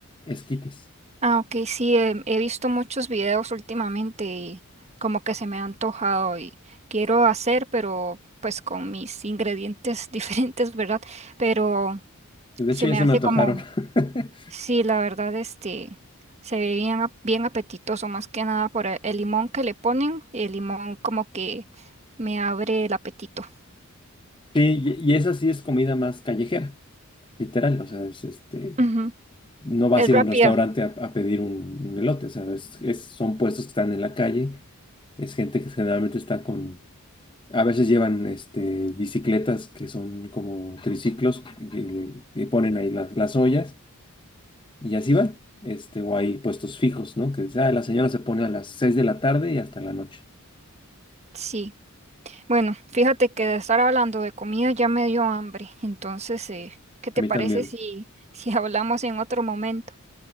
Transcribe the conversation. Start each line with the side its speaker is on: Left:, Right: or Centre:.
Left: esquites.
Right: Ah, ok, sí, em, he visto muchos videos últimamente y como que se me ha antojado y quiero hacer, pero pues con mis ingredientes <laughs> diferentes, ¿verdad? Pero
Left: De hecho,
Right: se
Left: ya
Right: me
Left: se
Right: hace
Left: me antojaron.
Right: como,
Left: <laughs>
Right: sí, la verdad, este, se ve bien, ap- bien apetitoso, más que nada por el, el limón que le ponen, el limón como que me abre el apetito.
Left: Sí, y, y esa sí es comida más callejera, literal, o sea, es este,
Right: Ujú.
Left: no vas
Right: Es
Left: a ir
Right: rápida,
Left: a un restaurante a, a pedir un, un elote, o sea, es- es- son puestos que están en la calle, es gente que generalmente está con A veces llevan este, bicicletas que son como triciclos que, le- que ponen ahí las, las ollas y así van. Este, o hay puestos fijos, ¿no? Que dice, ah, la señora se pone a las 6 de la tarde y hasta la noche.
Right: sí. Bueno, fíjate que de estar hablando de comida ya me dio hambre, entonces, eh, ¿qué te
Left: A mí
Right: parece
Left: también.
Right: si, si <laughs> hablamos en otro momento?